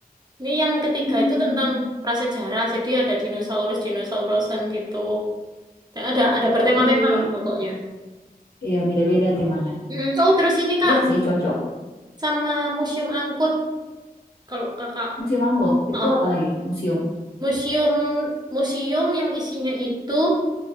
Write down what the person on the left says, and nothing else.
Hmm.
Oh iya,
iya beda-beda temanya.
Iya sih cocok.
Museum angkut itu
apa lagi? Museum.